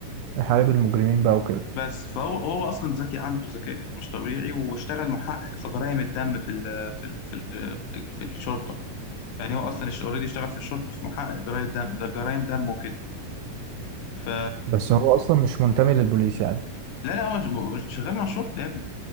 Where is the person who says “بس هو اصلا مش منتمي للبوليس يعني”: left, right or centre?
Right